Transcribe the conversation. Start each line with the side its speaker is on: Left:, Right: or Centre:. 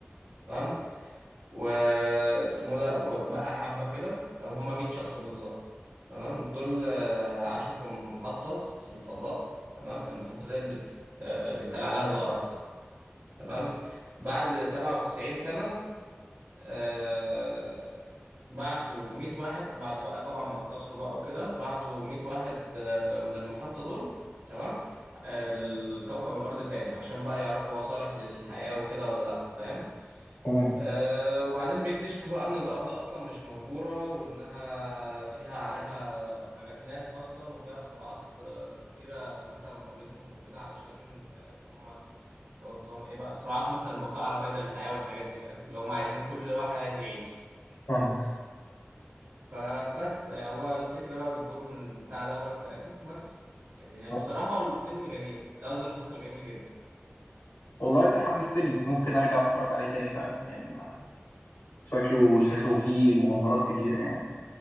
Right: تمام واسمه ده وبقى حبة كده تمام هما 100 شخص بالظبط تمام دول آه، عاشوا في محطة في الفضاء تمام المحطة ديت بت- بيتقال عليها زئرق تمام بعد 97 سنة آه، بعتوا 100 واحد بعد بقى طبعا ما اتكسروا بقى وكده بعتوا 100 واحد آه، من المحطة دول تمام آه، للكوكب الأرض تاني عشان بقى يعرفوا هو صالح للحياة وكده ولا لأ فاهم
Left: تمام
Right: آه، وبعدين بيكتشفوا بقى إن الأرض أصلا مش مهجورة وإنها فيها عليها حاجات ناس أصلا وفيها صراعات آه، كتيرة مثلا ما بينهم وكده علشان آه، إن هم اللي هو نظام إيه بقى صراعات مثلا البقاء على قيد الحياة والحاجات دي فاهم اللي هم عايزين كل واحد عايز يعيش
Left: فاهمك
Right: فبس هو الفكرة بقى بتدور من البتاع دوت فاهم وبس يعني
Left: آه.
Right: بصراحة هو الفيلم جميل قصدي المسلسل جميل جدا
Left: والله انت حمستني ممكن ارجع اتفرج عليه تاني فعلا يعني ما شكله شكله فيه مغامرات كتير يعني